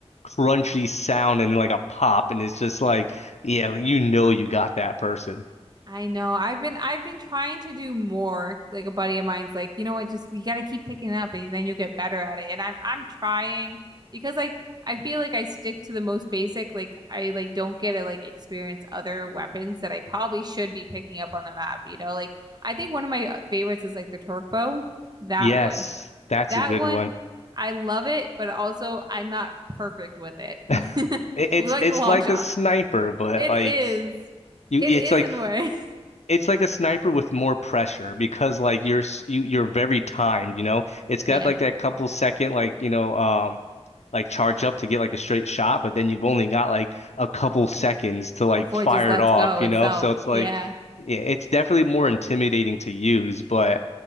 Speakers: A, on the left; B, on the right.
A: crunchy sound and like a pop and it's just like yeah, like, you know you got that person.
B: I know. I've been I've been trying to do more. Like a buddy of mine's like, you know what, just you gotta keep picking it up and then you'll get better at it. And I'm I'm trying because like I feel like I stick to the most basic. Like I like don't get to like experience other weapons that I probably should be picking up on the map, you know? Like I think one of my uh, favorites is like the torque bow. That
A: Yes,
B: one.
A: that's
B: That
A: a good
B: one
A: one.
B: I love it, but also I'm not perfect with it.
A: <laughs>
B: <laughs>
A: It, it's
B: Like
A: it's
B: the long
A: like
B: shot.
A: a sniper, but
B: It
A: like
B: is.
A: you
B: It
A: it's
B: is
A: like
B: in a way. <laughs>
A: It's like a sniper with more pressure because like you're s- you you're very timed, you know. It's got
B: Yeah.
A: like that couple second like, you know, um like charge up to get like a straight shot, but then you've only got like a couple seconds to like
B: Before
A: fire
B: it just lets
A: it off,
B: go
A: you
B: itself.
A: know? So it's
B: Yeah.
A: like yeah, it's definitely more intimidating to use, but